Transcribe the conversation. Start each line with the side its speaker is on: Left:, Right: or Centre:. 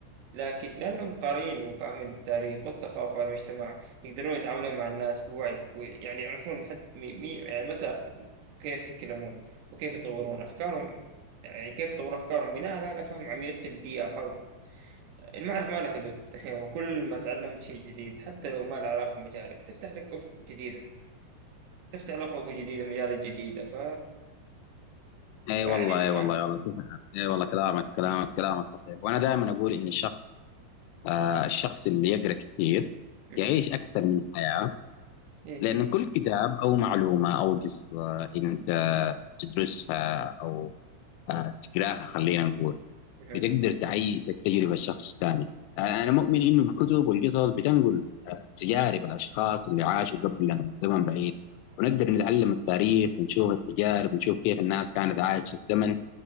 Right: لكن لانهم قارئين وفاهمين التاريخ والثقافه والمجتمع يقدرون يتعاملون مع الناس بوعي ويعني يعرفون حتى مي مي- يعني متى كيف يتكلمون وكيف يطورون افكارهم يعني كيف يطورون افكارهم بناء على فهم عميق للبيئه حولهم المعرفة ما لها حدود <laughs> وكل ما تعلمت شيء جديد حتى لو ما له علاقة بمجالك تفتح لك أفق جديدة تفتح لك أفق جديدة مجالات جديدة ف...
Left: اي
Right: فيعني
Left: والله اي والله يا والله شوف، اي والله كلامك كلامك كلامك صحيح وانا دائما اقول ان الشخص آه الشخص اللي يقرا كثير
Right: مهم.
Left: يعيش اكثر من الحياه
Right: إيه
Left: لأن كل كتاب أو معلومة أو قصة أنت تدرسها أو آه، تقراها خلينا نقول
Right: مهم.
Left: بتقدر تعيش التجربة لشخص تاني أنا مؤمن إنه الكتب والقصص بتنقل تجارب الأشخاص اللي عاشوا قبلنا في زمن بعيد ونقدر نتعلم التاريخ ونشوف التجارب ونشوف كيف الناس كانت عايشة في زمن